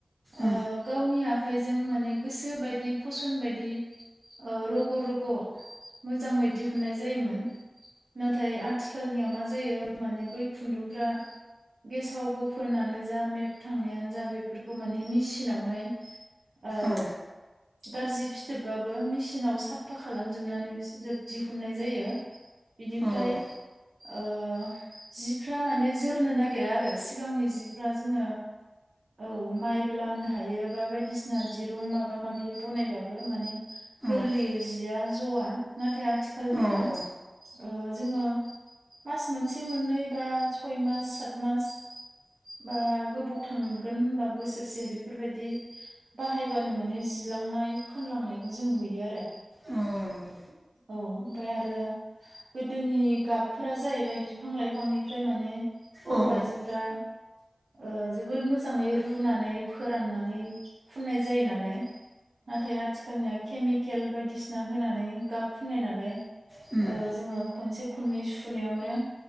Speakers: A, on the right (about 80°); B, on the right (about 20°).
A: ओ
B: औ
A: गावनि आखाइजों माने गोसो बायदि फसन बायदि ओ रग' रग' मोजाङै दिहुननाय जायोमोन। नाथाय आथिखालनिया मा जायो माने बै खुन्दुंफ्रा गेसाव गोफोनानो जा मेप थांनायानो जा बेफोरखौ माने मेसिनावहाय ओ
B: औ
A: गारजि फिथोबबाबो मिसिनाव साफा खालामजो जोबनानै बिदिनो दिहुननाय जायो। बिनिफ्राय
B: औ
A: ओ जिफ्रा माने जोरनो नागिरा आरो सिगांनि जिफ्रा जोङो औ माइबो लामनो हायो बा बायदिसिना दिरुं माबा माबि बनायबाबो माने गोरलैयै
B: आथिखालनिया
A: जिया ज'आ नाथाय आथिखालनिया
B: बाहायबानो
A: ओ जोङो मास मोनसे मोननै बा सय मास सात मास बा गोबाव थांगोन होनबा बोसोरसे बेफोरबायदि बाहायबानो माने जिलांनाय फोनलांनायखौ जों नुयो आरो।
B: औ औ नंगौ
A: औ ओमफ्राय आरो गोदोनि गाबफोरा जाहैबाय बिफां लाइफांनिफ्राय माने बर'
B: माने
A: आइजोफ्रा ओ जोबोद मोजाङै रुनानै फोराननानै फुननाय जायो नालाय नाथाय आथिखालनिया केमिकेल बायदिसिना होनानै गाब फुननाय नालाय ओ
B: बिनि
A: जोङो खनसे खननै सुनायावनो